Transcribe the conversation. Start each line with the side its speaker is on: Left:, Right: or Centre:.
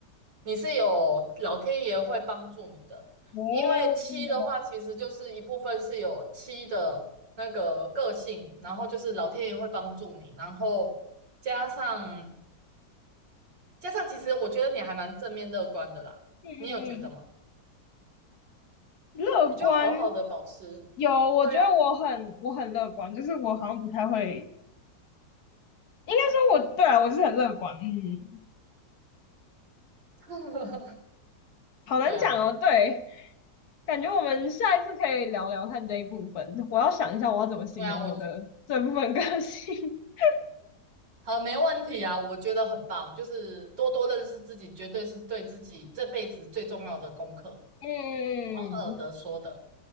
Right: 你是有老天爷会帮助你的，
Left: 哦，
Right: 因为七的话，
Left: 嗯
Right: 其实就是一部分是有七的那个个性，然后就是老天爷会帮助你，然后加上加上，其实我觉得你还蛮正面乐观的啦，
Left: 嗯嗯，
Right: 你有觉得吗？
Left: 乐观
Right: 你就好好的保持，
Left: 有，我觉得我很我很乐观，
Right: 对啊，
Left: 就是我好像不太会，应该说我对啊，我是很乐观，嗯。
Right: <laughs>
Left: 好难讲哦，
Right: 对啊，
Left: 对，感觉我们下一次可以聊聊看这一部分。我要想一下我要怎么形容我的这部分个性。
Right: 对啊，我
Left: <laughs>
Right: 好，没问题啊，我觉得很棒，就是多多认识自己，绝对是对自己这辈子最重要的功课。
Left: 嗯，
Right: 王尔德说的，